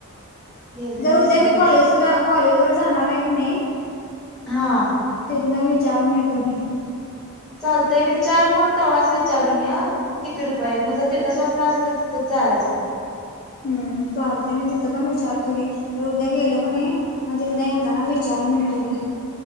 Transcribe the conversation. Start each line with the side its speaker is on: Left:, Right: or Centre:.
Centre: गेली नाहीस
Left: जर उद्या
Centre: होय
Left: मी कॉलेजला कॉलेज वर जाणार आहे की नाही
Centre: हा.
Left: तिथन विचारून येतो घे.
Centre: चालतय विचार मग, तव्हाच विचारून ये. किती रुपया आहेत नाग, जर तिथं स्वस्त असल तर तिथं जायचं.
Left: हम्, चालतय मी तिथं पण विचारतो घे, तर उद्या गेलो की नाही मग तिथंन येताना वि चारून येतो घे,